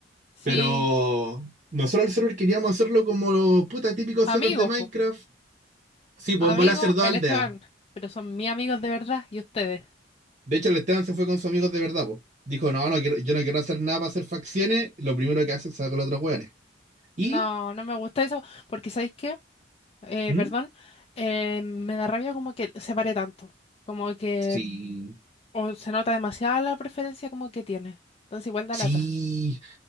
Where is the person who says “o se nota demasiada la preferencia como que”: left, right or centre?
Left